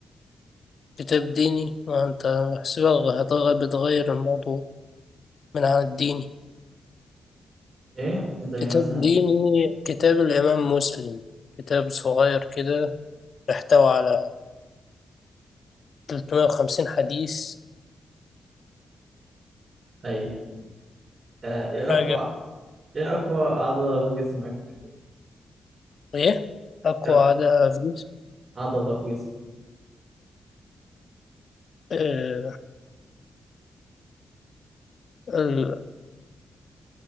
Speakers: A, on the left; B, on the right.
A: كتاب ديني وأنت بحسبها هتغ- بتغير الموضوع من عن الديني
B: ايه زي
A: كتاب
B: مثلا
A: ديني كتاب الإمام مسلم كتاب صغير كده بيحتوي على 350 حديث
B: ايوه آه، ايه
A: حاجة
B: اقوى ايه اقوى عضلة في جسمك
A: إيه أقوى
B: إيه
A: عضلة في جسمي
B: عضلة في جسمك
A: آه، ال-